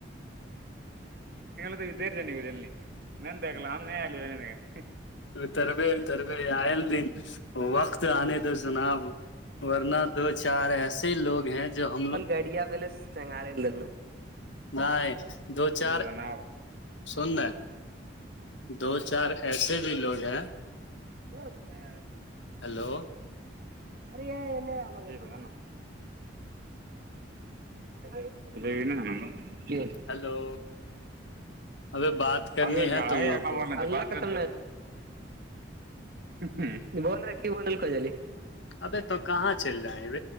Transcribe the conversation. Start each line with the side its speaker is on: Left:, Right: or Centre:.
Right: تو ج ب نہیں دیکھ ل ہم نہیں آلو ہے نہیں
Left: تربےتربے آئل دن وقت آنے تو جناب ورنہ دو چار ایسے لوگ ہیں جو ہم لوگ
Right: گڈیا ویلیس چنگ آےلینا
Left: نہیں دو چار
Right: جناب
Left: سون ن دو چار ایسے بھی لوگ ہیں
Right: ہوود میں
Left: ہلو
Right: اری پ ج پ جائے نا ہمند ج
Left: ہلو ابھی بات کرنی
Right: اگ
Left: ہے
Right: گائے
Left: تم لوگ
Right: خ
Left: کو
Right: ب ن <unintelligible>
Left: اب تو کہاں چل جائ اب